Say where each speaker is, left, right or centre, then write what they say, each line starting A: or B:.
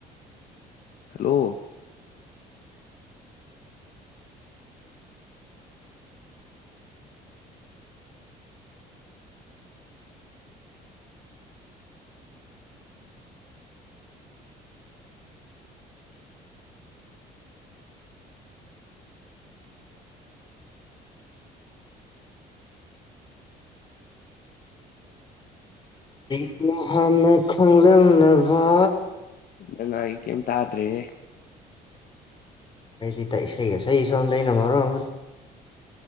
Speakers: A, on the left; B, on the left.
A: ꯍꯜꯂꯣ
B: ꯑꯩꯅ ꯍꯥꯟꯅ ꯈꯪꯂꯝꯃꯕ
A: ꯅꯪ ꯉꯥꯡꯉꯤꯗꯣ ꯀꯩꯝ ꯇꯥꯗ꯭ꯔꯦꯍꯦ
B: ꯑꯩꯗꯤ ꯏꯁꯩꯒꯥ ꯁꯛꯏ ꯁꯣꯝꯗ ꯑꯩꯅ ꯃꯔꯣ ꯑꯃ